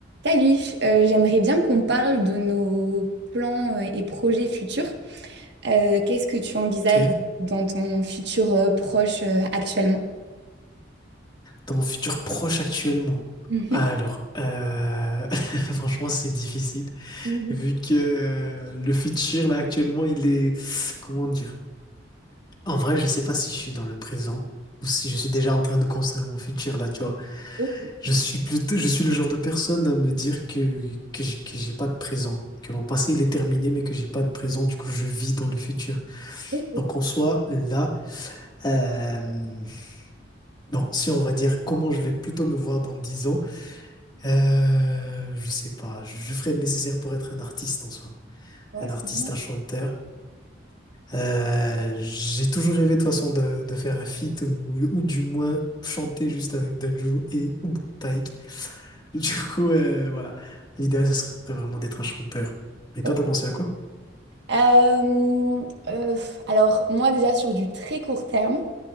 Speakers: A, on the right (about 65°); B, on the left (about 25°).
A: Salut, euh, j'aimerais bien qu'on parle de nos plans euh, et projets futurs. Euh, qu'est-ce que tu envisages
B: Ok.
A: dans ton futur euh, proche euh, actuellement?
B: Dans mon futur proche actuellement.
A: Mhm.
B: Alors, euh, <laughs> franchement, c'est difficile
A: Mhm.
B: vu que euh, le futur là actuellement, il est comment dire? En vrai, je sais pas si je suis dans le présent ou si je suis déjà en train de construire mon futur là. Tu vois,
A: Ok,
B: je suis plutôt, je suis le genre de personne à me dire que que j'ai que j'ai pas de présent, que mon passé il est terminé, mais que j'ai pas de présent. Du coup, je vis dans le futur.
A: ok.
B: Donc en soi, là, euh, bon, si on va dire comment je vais plutôt me voir dans 10 ans. Euh, je sais pas. Je, je ferai le nécessaire pour être un artiste en soi.
A: Ouais,
B: Un
A: c'est
B: artiste,
A: bien.
B: un chanteur. Euh, j'ai toujours rêvé de toute façon de, de faire un feat ou, ou du moins chanter juste avec Dadju et ou Taïk. <laughs> Du coup, euh, voilà. L'idéal, ce serait vraiment d'être un chanteur. Et toi,
A: Oh.
B: t'as pensé à quoi?
A: Euh, euh, pff, alors, moi déjà sur du très court terme,